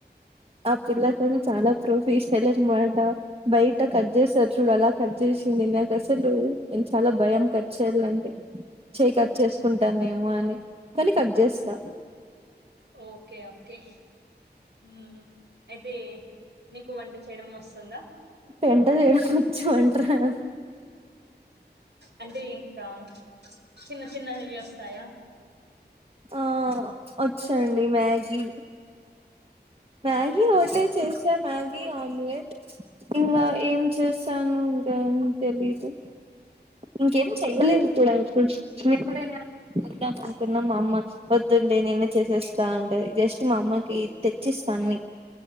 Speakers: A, on the right; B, on the right.
A: ఆ పిల్లతో చాలా ప్రోఫ్ ఈ స్టైల్ అనమాట బయట కట్ చేస్తాది చూడు అలా కట్ చేసింది నాకు అసలు నేను చాలా భయం కట్ చేయాలంటే చేయి కట్ చేసుకుంటానేమో అని కానీ కట్ చేస్తా
B: ఓకే ఓకే ఉమ్ అయితే నీకు వంట చేయడం వస్తుందా
A: పెంట్ట చేయడం వచ్చు వంట రాదు
B: అంటే ఇంకా చిన్న చిన్న వస్తాయ
A: ఆ వచ్చండి మ్యాగి మ్యాగీ ఒకటే చేసాన మ్యాగీ ఆమ్ లేట్ ఇంకా ఏం చేస్తాను ఇంకా తెలీదు ఇంకేం చెయ్యలే కూడా ఎప్పుడు చిన్నప్పుడు ద్దాం అనుకున్నా మా అమ్మ వొద్దున్నలేనిన్న చేసేస్తా ఉంటాది జస్ట్ మా అమ్మకి తెచ్చి ఇస్తా అన్ని